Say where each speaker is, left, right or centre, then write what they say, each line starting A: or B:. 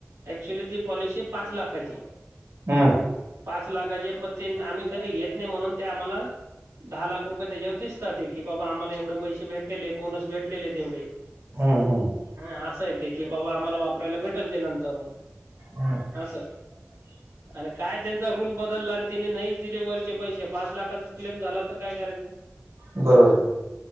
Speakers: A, on the right; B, on the right.
A: ऍक्च्युअली ती पॉलिसी पाच लाखाची
B: हम्म
A: पाच लाखाचे पण ते आम्ही कधी घेत नाही म्हणून ते आम्हाला दहा लाख रुपये त्याच्यावर दिसतात ते की बाबा आम्हाला एवढे पैसे भेटलेले, बोनस भेटले आहेत एवढे.
B: हम्म हम्म.
A: हा असं आहे ते की बाबा आम्हाला वापरायला भेटेल ते नंतरून
B: हम्म
A: असं.
B: <inaudible>
A: आणि काय त्यांचा रूल बदलला आणि तिने नाहीच दिले वरचे पैसे पाच लाखाचा क्लेम झाला तर काय करायचं?
B: बरोबर. आहे